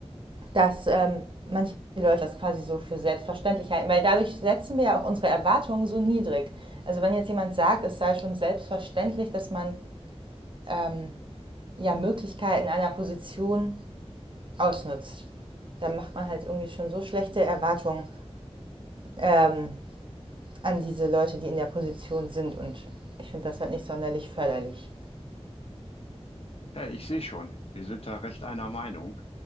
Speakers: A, on the right; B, on the left.
A: dass ähm, manche Leute das quasi so für selbstverständlich halten, weil dadurch setzen wir ja auch unsere Erwartungen so niedrig. Also wenn jetzt jemand sagt, es sei schon selbstverständlich, dass man ähm, ja Möglichkeiten einer Position ausnutzt. Da macht man halt irgendwie schon so schlechte Erwartungen ähm, an diese Leute, die in der Position sind. Und ich finde das halt nicht sonderlich förderlich.
B: Ja, ich sehe schon, wir sind da recht einer Meinung.